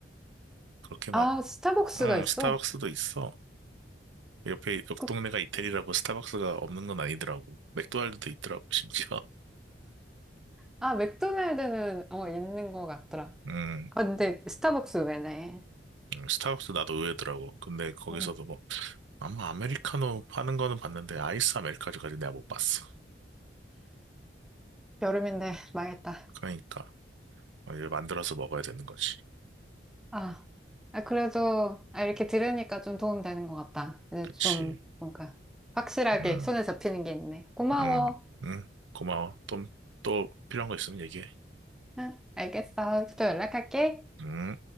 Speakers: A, on the right (about 85°); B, in the centre.
A: 그렇게 막,
B: 아, 스타벅스가
A: 응,
B: 있어?
A: 스타벅스도 있어. 옆에 옆
B: 그,
A: 동네가 이태리라고 스타벅스가 없는 건 아니더라고. 맥도날드도 있더라고, 심지어. <laughs>
B: 아, 맥도날드는 어, 있는 것 같더라.
A: 음,
B: 아, 근데 스타벅스 왜네?
A: 음, 스타벅스 나도 의외더라고. 근데 거기서도
B: 음,
A: 뭐, 아마 아메리카노 파는 거는 봤는데, 아이스 아메리카노까지 내가 못 봤어.
B: 여름인데 망했다.
A: 그러니까, 어, 이걸 만들어서 먹어야 되는 거지.
B: 아, 아, 그래도 아, 이렇게 들으니까 좀 도움 되는 것 같다. 이제
A: 그치.
B: 좀 뭔가 확실하게
A: 음,
B: 손에 잡히는 게 있네. 고마워.
A: 음, 음. 고마워. 또, 또 필요한 거 있으면 얘기해.
B: 응, 알겠어. 또 연락할게.
A: 음.